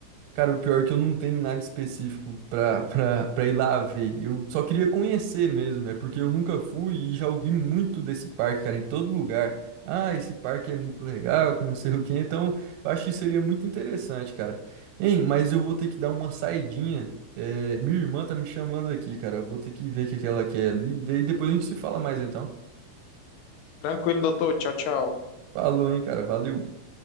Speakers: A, on the right; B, on the left.
A: Cara, o pior é que eu não tenho nada específico para para para ir lá ver. Eu só queria conhecer mesmo, é porque eu nunca fui e já ouvi muito desse parque, cara, em todo lugar. Ah, esse parque é muito legal, que não sei o quê. Então, eu acho que seria muito interessante, cara. Hein, mas eu vou ter que dar uma saidinha. É, minha irmã tá me chamando aqui, cara. Eu vou ter que ver o que que ela quer ali. Daí depois a gente se fala mais então.
B: Tranquilo, doutor. Tchau, tchau.
A: Falou, hein, cara. Valeu.